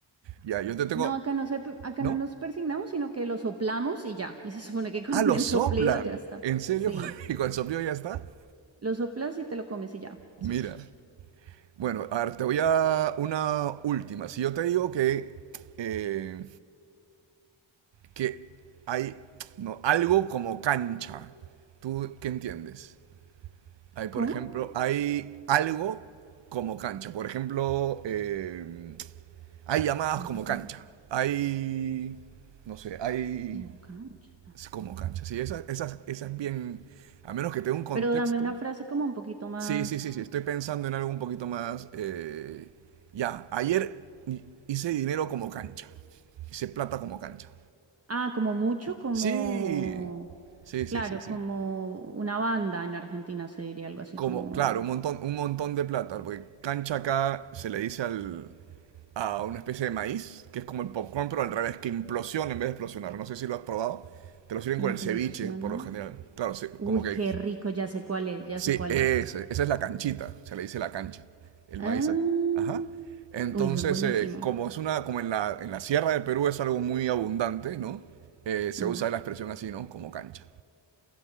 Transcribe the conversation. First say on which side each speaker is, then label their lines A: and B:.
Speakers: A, on the right (about 65°); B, on the right (about 30°).
A: Ya, yo te tengo,
B: No, acá no se, acá
A: ¿no?
B: no nos persignamos, sino que lo soplamos y ya. Y se supone que con
A: Ah, lo
B: el
A: soplan.
B: soplido ya está.
A: ¿En serio?
B: Sí,
A: <laughs> ¿Y con el soplido ya está?
B: lo soplas y te lo comes y ya.
A: Mira.
B: Sí.
A: Bueno, a ver, te voy a una última. Si yo te digo que, eh, que hay no, algo como cancha, ¿tú qué entiendes? Hay, por
B: ¿Cómo?
A: ejemplo, hay algo como cancha. Por ejemplo, eh, hay llamadas
B: Algo
A: como cancha.
B: como,
A: Hay, no sé, hay
B: como cancha.
A: es como cancha. Sí, esa, esa, esa es bien, a menos que tenga un contexto.
B: Pero dame una frase como un poquito más.
A: Sí, sí, sí, sí. Estoy pensando en algo un poquito más. eh, ya, ayer hi- hice dinero como cancha. Hice plata como cancha.
B: Ah, como mucho, como.
A: Sí, sí,
B: Claro,
A: sí, sí, sí.
B: como una banda en Argentina se diría algo así
A: Como,
B: como.
A: claro, un montón, un montón de plata, porque cancha acá se le dice al, a una especie de maíz, que es como el popcorn, pero al revés, que implosiona en vez de explosionar. No sé si lo has probado. Te lo sirven
B: que
A: con
B: implosiona.
A: el ceviche, por lo general. Claro, se-
B: Uy,
A: como que...
B: qué rico, ya sé cuál es, ya
A: Sí,
B: sé cuál
A: ese-
B: es.
A: esa es la canchita, se le dice la cancha. El
B: Ah,
A: maíz... a- Ajá. Entonces,
B: uy, eso es buenísimo.
A: eh, como es una, como en la, en la sierra de Perú es algo muy abundante, ¿no? Eh, se
B: Mm.
A: usa la expresión así, ¿no? Como cancha.